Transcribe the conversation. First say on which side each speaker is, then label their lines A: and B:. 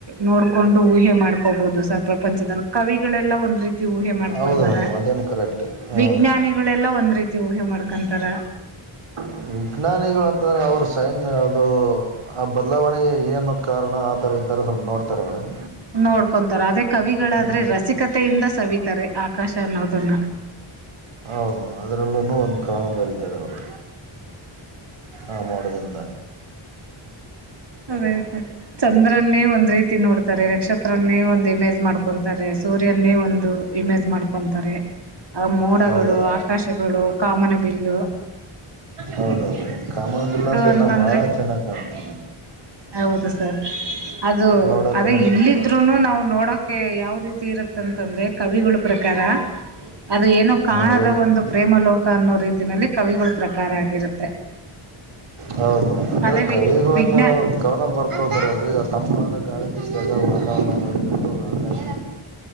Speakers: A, on the right (about 55°); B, on the right (about 85°).
A: ನೋಡ್ಕೊಂಡು ಊಹೆ ಮಾಡ ಕೋಬಹುದು ಸ ಪ್ರಪಂಚದಲ್ಲಿ ಕವಿಗಳೆಲ್ಲಾ ಒಂದ್ ರೀತಿ ಊಹೆ ಮಾಡ್ಕೊಂತಾರ
B: ಹೌದು ಮೇಡಮ್ ಅದೇನು ಕರೆಕ್ಟ್ ಹಾಂ
A: ವಿಜ್ಞಾನಿಗಳೆಲ್ಲ ಒಂದ್ ರೀತಿ ಊಹೆ ಮಾಡ್ಕೊಂತಾರೆ
B: ಹ ವಿಜ್ಞಾನಿಗಳುಂತಂದ್ರ ಅವರು ಸೈನ್ ಯಾವುದು ಆ ಬದಲಾವಣೆಗೆ ಏನು ಕಾರಣ ಆ ಥರ ಇ ಥರ ಸ್ವಲ್ ನೋಡತರೆ ಮೇಡಂ
A: ನೋಡ್ಕೊಂತಾರ ಅದೇ ಕವಿಗಳಾದ್ರೆ
B: ಹ್ಞೂ
A: ರಸಿಕತೆಯಿಂದ ಸವ ತ್ತರಿ ಆಕಾಶ ಅನ್ನೋದನ್ನ
B: ಹೌದು ಅದ್ರಲ್ಲೂ ಒಂದು ಕಾಣ ಬರಿತಾರೆ ಅವರು ಆ ಮಾಡದಿಂದ
A: ಅದೇ ಸ ಚಂದ್ರನ್ನೇ ಒಂದ್ ರೀತಿ ನೋಡ್ತಾರೆ ನಕ್ಷತ್ರನ್ನೇ ಒಂದ್ ಇಮೇಜ್ ಮಾಡ್ಕೊಂತಾರೆ ಸೂರ್ಯನ್ನೇ ಒಂದು ಇಮೇಜ್ ಮಾಡ್ಕೊಂತಾರೆ ಆ ಮೋಡಗಳು
B: ಹೌದ್ರಿ
A: ಆಕಾಶಗಳು ಕಾಮನಬಿಲ್ಲು
B: ಹೌದೌದು ಕಾಮನದಿಲ್ಲ ಅಂತ
A: ಅಂತಂದ್ರೆ
B: ಇನ್ನ ಬಾಳ ಚೆನ್ನಾಗ್ ಕಾಣುತ್ತ
A: ಹೌದು ಸರ್ ಅದು
B: ನೋಡಕ್ಕೂ
A: ಅದೇ ಇಲ್ಲಿದ್ರುನು
B: ಸುಂದರ
A: ನಾವು ನೋಡೋಕೆ ಯಾವ ರೀತಿ ಇರುತ್ತಂತಂದ್ರೆ ಕವಿಗಳು ಪ್ರಕಾರ ಅದು್ರ ಏನೋ
B: ಹಾಂ
A: ಕಾಣದ
B: ಹೇಳಿ ಮೇಡಮ್
A: ಒಂದು ಪ್ರೇಮ ಲೋಕ ಮು ಅನ್ನೋ ರೀತಿನಲ್ಲಿ ಕವಿಗಳು ಪ್ರಕಾರ ಆಗಿರುತ್ತೆ
B: ಹೌದ ಅಂದ್ರೆ
A: ಅದೇ ವಿ
B: ಕವಿಗಳಂದ್ರ
A: ವಿಜ್ಞಾ
B: ಅವ್ರ ಗವನ ಬರ್ತತಾರಲ್ರರಿ ತಂಪಾದ ಕ ವಾಾವೋ ಆಾಶ